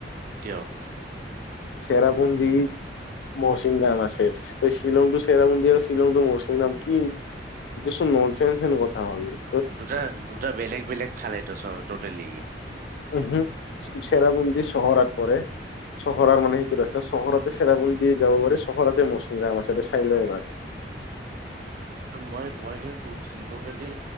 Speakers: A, on the right (about 50°); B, on the left (about 70°).
A: কিয়
B: চেৰাপুঞ্জী মৌচিমৰাম আছে । ত শ্বিলং তো চেৰাপুঞ্জী আৰু শ্বিলংটো মৌচিমৰাম নাম কি‌ ননচেনৰ কথা হ'ল ।
A: দুটা দুটা বেলেগ বেলেগ ফালেটো চ টোটেলি।
B: উম চেৰাপুঞ্জী চহৰৰত পৰে। চহৰৰ মানে সেইটো ৰাস্তা চহৰতে চেৰাপুঞ্জীৰ যাব পাৰে চহৰতে মৌচিমৰাম আছে তই চাই ল এবাৰ। <inaudible>
A: মই মই কিন্তু টটেলি